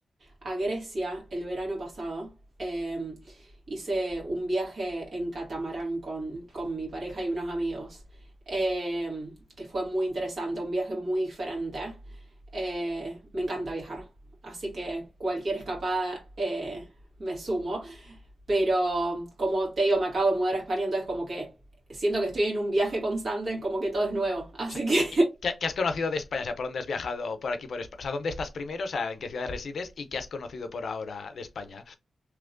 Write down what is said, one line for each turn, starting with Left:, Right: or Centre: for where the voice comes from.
Right: a Grecia el verano pasado. Eh, hice un viaje en catamarán con, con mi pareja y unos amigos, eh, que fue muy interesante, un viaje muy diferente. Eh, me encanta viajar, así que cualquier escapada eh, me sumo, pero como te digo, me acabo de mudar a España, entonces como que siento que estoy en un viaje constante, como que todo es nuevo, así
Left: sea,
Right: que
Left: ¿qué, qué has conocido de España? O sea, ¿por dónde has viajado? ¿Por aquí, por España? O sea, ¿dónde estás primero? O sea, ¿en qué ciudad resides? ¿Y qué has conocido por ahora de España?